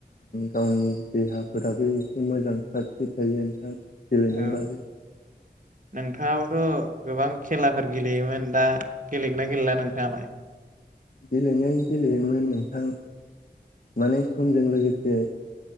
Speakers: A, on the left; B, on the right.
A: गावनि देहाफोराबो एसे मोजां सावस्रिनि थायो नोंथां गेलेनाय
B: औ
A: बादै
B: नोंथाङाबोथ' गोबां खेलाफोर गेलेयोमोन दा गेलेगोनना गेलेला नोंथाङा मा
A: गेलेनाय गेलेयोमोन नोंथां माने समजों लोगोसे